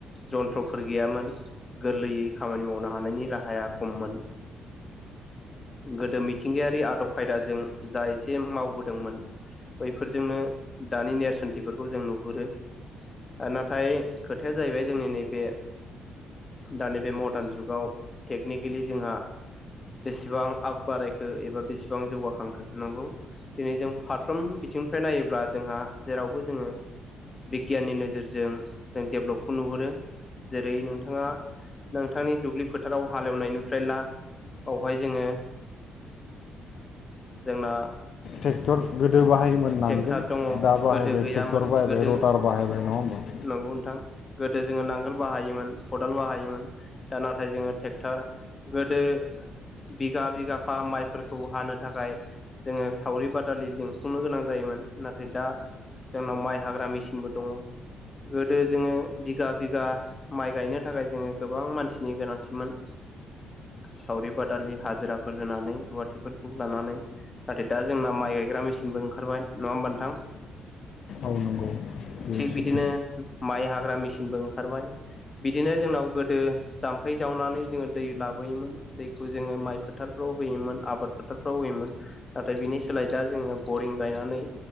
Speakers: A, on the left (about 30°); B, on the left (about 60°).
A: जन्थ्रफोर गैयामोन। गोरलैयै खामानि मावनो हानायनि राहाया खममोन गोदो मिथिंगायारि आदब खायदाजों जा एसे मावबोदोंमोन। बैफोरजोंनो दानि नेेरसोनथिफोरखौ जों नुहुरो। नाथाय खोथाया जाहैबाय जोंनि नैबे दानि बेे मडार्न जुगाव टेकनिकेलि जोंहा बेसेबां आग बारायखो एबा बेसेबां जौगाखांखो नंगौ दिनै जों फारफ्रोम बिथिंनिफ्राय नायोब्ला जोंहा जेरावबो जोङो बिगियाननि नोजोरजों जों डेभ्लपखौ नुहुरो। जेरै नोंथाङा नोंथांनि दुब्लि फोथाराव हालेएवनायनिफ्राय ला बावहाय जोङो जोंना
B: ट्रेक्टर गोदो बाहायोमोन नांगोन
A: ट्रेक्टर दङ
B: दा बाहायबाय
A: गोदो गैयामोन
B: ट्रेक्टर बाहायबाय
A: गोदो
B: रटार बाहायबाय नङा होमबा?
A: नंगौ नोंथां गोदो जोङो नांगोल बाहायोमोन खदाल बाहायोमोन। दा नाथाय जोङो ट्रेक्टर गोदो बिगा बिगाफा माइफोरखौ हानो थाखाय जोङो सावरि बादालि लिंफुंनो गोनां जायोमोन नाथाय दा जोंनाव माइ हाग्रा मेसिनबो दङ। गोदो जोङो बिगा बिगा माइ गायनो थाखाय जोङो गोबां मानसिनि गोनांथिमोन सावरि बादालि हाजिराफोर होनानै रुवाथिफोरखौ लानानै नाथाय दा जोंना माइ गायग्रा मेसिनबो ओंखारबाय नङा होमबा नोंथां
B: औ नंगौ बे
A: थिग
B: सैथो
A: बिदिनो माइ हाग्रा मेसिनबो ओंखारबाय बिदिनो जोंनाव गोदो जाम्फै जावनानै जोङो दै लाबोयोमोन दैखौ जोङो माइ फोथारफ्राव होयोमोन आबाद फोथारफ्राव होयोमोन नाथाय बिनि सोलाय दा जोङो बरिं गायनानै